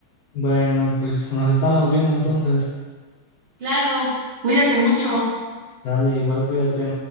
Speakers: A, on the left; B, on the right.
A: Bueno, pues nos estamos viendo entonces.
B: Claro, cuídate mucho.
A: Dale, igual cuídate.